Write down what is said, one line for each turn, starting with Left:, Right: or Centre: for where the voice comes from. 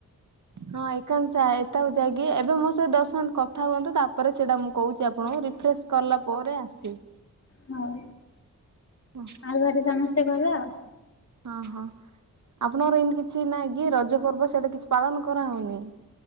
Right: ହଁ ଏାନ ଏକୁ ଯାଇକି ଏବେ ମୋ ସେ ଦଶ ମିନିଟ କଥା ହୁଅନ୍ତୁ ତାପରେ ସେଇଟା ମୁଁ କହୁଛି ଆପଣଙ୍କୁ ରିଫ୍ରସ କଲା ପରେ ଆସେ।
Left: ହଉ।
Right: <unintelligible>
Left: ଆଉ ଘରେ ସମସ୍ତେ ଭଲ?
Right: ହଁ ହଁ ଆପଣଙ୍କର ଏମିତି କିଛି ନାଇଁ କି ରଜ ପର୍ବ ସେଇଟା କିଛି ପାଳନ କରାହଉନି?